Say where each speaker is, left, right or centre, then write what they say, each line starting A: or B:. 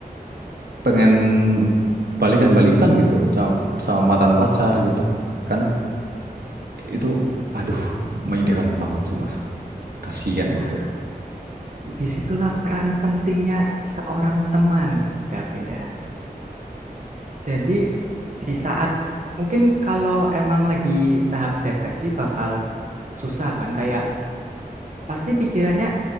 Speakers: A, on the right; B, on the right.
A: pengen balikan-balikan gitu sama sama mantan pacar gitu kan. itu aduh menyedihkan banget cuma kasihan
B: nah
A: gitu
B: Disitulah peran pentingnya seorang teman, Davinda. Jadi di saat mungkin kalau emang lagi tahap depresi bakal susah kan, kayak pasti pikirannya,